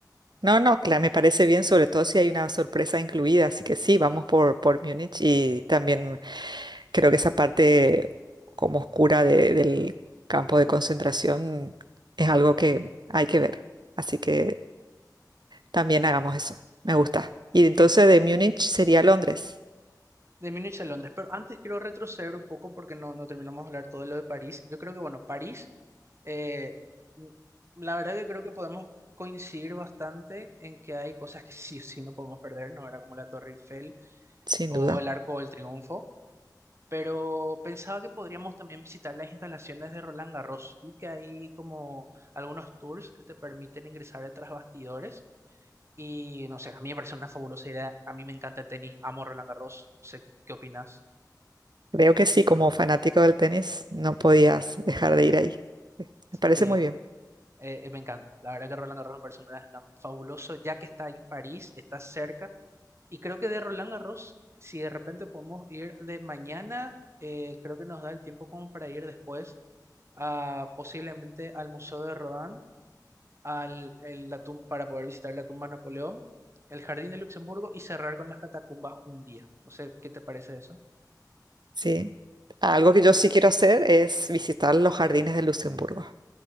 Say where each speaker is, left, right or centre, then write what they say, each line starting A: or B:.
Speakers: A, on the right; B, on the right.
A: No, no, claro, me parece bien, sobre todo si hay una sorpresa incluida, así que sí, vamos por, por Múnich y también creo que esa parte como oscura de- del campo de concentración es algo que hay que ver. Así que... También hagamos eso. Me gusta. Y entonces
B: Gene-
A: de Múnich sería Londres,
B: De Múnich a Londres, pero antes quiero retroceder un poco porque no, no terminamos de hablar todo lo de París. Yo creo que, bueno, París, eh, n- la verdad que creo que podemos coincidir bastante en que hay cosas que sí o sí no podemos perder, ¿no? Era como la Torre Eiffel
A: sin
B: o
A: duda.
B: el Arco del Triunfo, pero pensaba que podríamos también visitar las instalaciones de Roland Garros. Vi que hay como algunos tours que te permiten ingresar tras bastidores y no sé, a mí me parece una fabulosa idea. A mí me encanta el tenis, amo Roland Garros. No sé qué opinas.
A: Creo que sí, como fanático del tenis, no podías dejar de ir ahí. Sí, Me parece
B: Sí,
A: muy
B: eh,
A: bien.
B: eh, me encanta. La verdad que Roland Garros me parece un gran slam fabuloso, ya que está ahí en París, está cerca Y creo que de Roland Garros, si de repente podemos ir de mañana, eh, creo que nos da el tiempo como para ir después a, posiblemente al Museo de Rodin al, el- la tum- para poder visitar la tumba de Napoleón, el Jardín de Luxemburgo y cerrar con las catacumbas un día. No sé, ¿qué te parece eso?
A: Sí. Algo que yo sí quiero hacer es visitar los jardines de Luxemburgo.